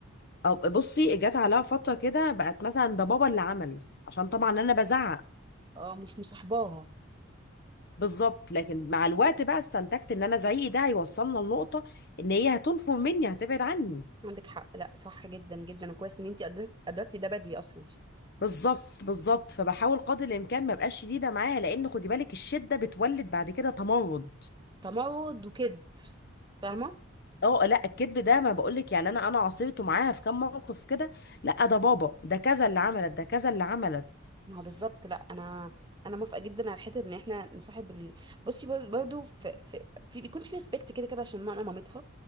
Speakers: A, on the left (about 45°); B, on the right (about 20°).
A: او بصي جت عليها فتره كده بقت مثلا ده بابا اللي عمل عشان طبعا انا بزعق
B: اه مش مصاحباها
A: بالظبط لكن مع الوقت بقى استنتجت ان انا زعيقي ده هيوصلنا لنقطه ان هي هتنفر مني هتبعد عني
B: عندك حق لا صح جدا جدا وكويس ان انتي أدركت- ادركتي ده بدري اصلا
A: بالظبط بالظبط فبحاول قدر الامكان ما ابقاش شديده معاها لان خدي بالك الشده بتولد بعد كده تمرد
B: تمرد وكذب فاهمه
A: اه لا الكذب ده ما بقولك يعني انا انا عصيته معاها في كام موقف كده لا ده بابا ده كذا اللي عملت ده كذا اللي عملت
B: ما هو بالظبط لا انا انا موافقه جدا على حته ان احنا نصاحب ال... بصي بر- برضو في, في, في بيكون في ريسبكت كده كده عشان ما انا مامتها